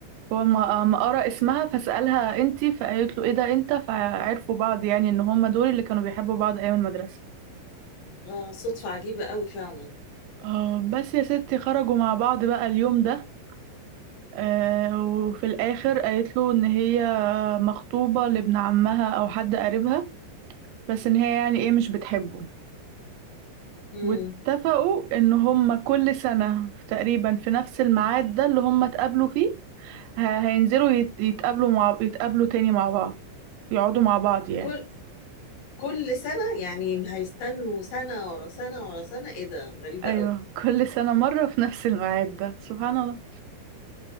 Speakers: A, on the right; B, on the left.
A: هو ما ما قرأ اسمها فسألها انتي فقالت له ايه ده انت فعرفوا بعض يعني ان هما دول اللي كانوا بيحبوا بعض ايام المدرسة
B: اه صدفة عجيبة قوي فعلا
A: آه، بس يا ستي خرجوا مع بعض بقى اليوم ده آه، وفي الآخر قالت له إن هي مخطوبة لابن عمها أو حد قريبها بس إن هي يعني إيه مش بتحبه
B: مم.
A: واتفقوا إن هما كل سنة تقريبا في نفس الميعاد ده اللي هما اتقابلوا فيه ه- هينزلوا يت- يتقابلوا مع يتقابلوا تاني مع بعض يقعدوا مع بعض يعني
B: كل كل سنة يعني هيستنوا سنة ورا سنة ورا سنة ايه ده غريبة
A: أيوة
B: قوي
A: كل سنة مرة في نفس الميعاد ده سبحان الله